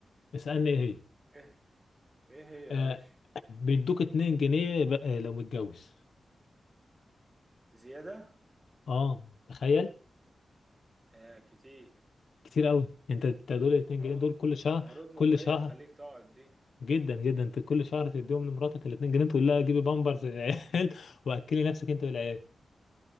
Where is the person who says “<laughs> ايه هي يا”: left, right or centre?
Right